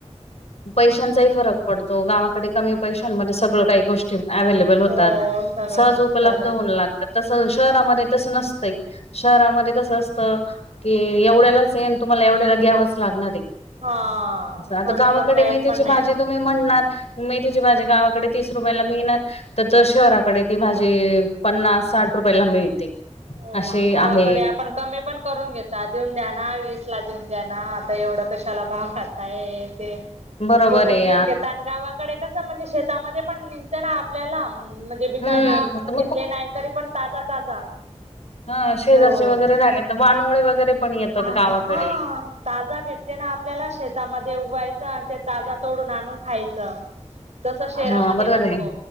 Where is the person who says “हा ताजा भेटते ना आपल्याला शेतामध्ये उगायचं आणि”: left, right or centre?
Right